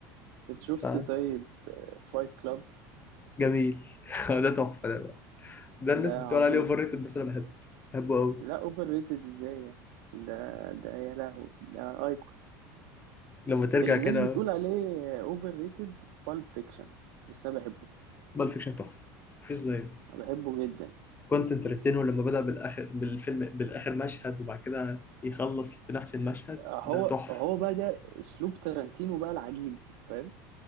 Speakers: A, on the right; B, on the left.
A: انت شفت
B: فاهم
A: طيب فايت كلاب
B: فجميل <laughs> ده تحفة ده بقى. ده الناس
A: ده
B: بتقول
A: عظيم
B: عليه أوفر ريتد بس أنا بحبه بحبه أوي
A: لا اوفر ريتد ازاي يعني ده ده يا لهوي ده ايقونة
B: لما ترجع
A: الناس
B: كده
A: بتقول عليه اوفر ريتد بالب فيكشن بس انا بحبه
B: بالب فيكشن تحفة مفيش زيه
A: انا بحبه جدا
B: كوينتين ترنتينو لما بدأ بالآخر بالفيلم بالآخر مشهد وبعد كده يخلص بنفس المشهد
A: هو
B: ده تحفة
A: هو بقى ده اسلوب تارانتينو بقى العجيب فاهم